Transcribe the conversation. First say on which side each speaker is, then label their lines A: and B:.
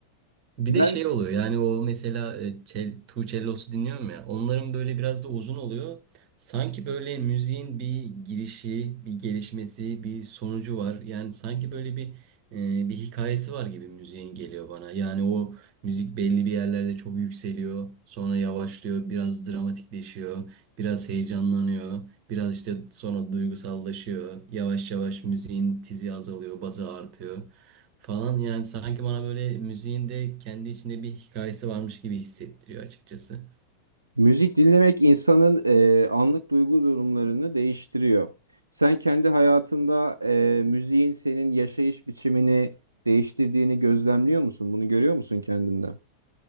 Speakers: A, on the right (about 40°); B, on the right (about 80°).
A: Bir
B: ben
A: de şey oluyor yani o mesela e, çel, Tuğçellos'u dinliyorum ya onların böyle biraz da uzun oluyor. Sanki böyle müziğin bir girişi, bir gelişmesi, bir sonucu var. Yani sanki böyle bir e, bir hikayesi var gibi müziğin geliyor bana. Yani o müzik belli bir yerlerde çok yükseliyor, sonra yavaşlıyor, biraz dramatikleşiyor, biraz heyecanlanıyor. Biraz işte sonra duygusallaşıyor. Yavaş yavaş müziğin tizi azalıyor, bazı artıyor falan. Yani sanki bana böyle müziğin de kendi içinde bir hikayesi varmış gibi hissettiriyor açıkçası.
B: Müzik dinlemek insanın e, anlık duygu durumlarını değiştiriyor. Sen kendi hayatında e, müziğin senin yaşayış biçimini değiştirdiğini gözlemliyor musun? Bunu görüyor musun kendinde?